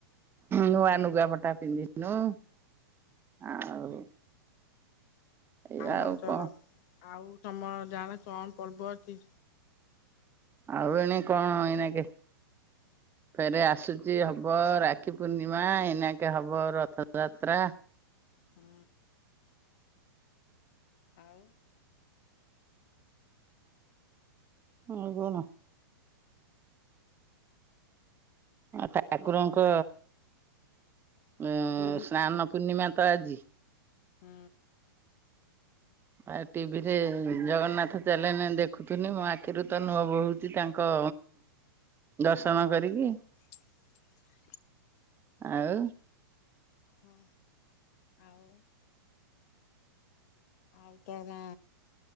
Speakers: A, on the left; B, on the right.
A: ହୁଁ।
B: ନୂଆ ନୁଗାପଟା ପିନ୍ଧିନୁ। ଆଉ ଏଇ
A: ଆମର
B: ଆଉ
A: ତ
B: କଣ
A: ଆଉ ତମର ଜା ତଣ ପର୍ବ ଅଛି?
B: ଆଉ ଏଣେ କଣ ଏଇନା କି
A: ହ
B: ଫେରେ ଆସୁଚି ହବ, ରାକ୍ଷୀ ପୂର୍ଣ୍ଣିମା ଏଇନାକେ ହବ, ରଥଯାତ୍ରା।
A: ହୁଁ। ଆଉ
B: ଆଉ କଣ? ଠାକୁରଙ୍କ ଉ
A: ପୁରୀ
B: ସ୍ନାନ ପୂର୍ଣ୍ଣିମା। ତ ଆଜି।
A: ହୁଁ।
B: ଆଉ ଟିଭିରେ ଜଗନ୍ନାଥ ଚାଲେନେ ଦେଖୁଥିନି ମୋ ଆଖିରୁ ତ ନୁହଁ ବୋହୁଛି ତାଙ୍କ ଦର୍ଶନ କରିକି।
A: <inaudible>
B: ଆଉ
A: ହଁ ଆଉ ଆଉତ ଗାଁ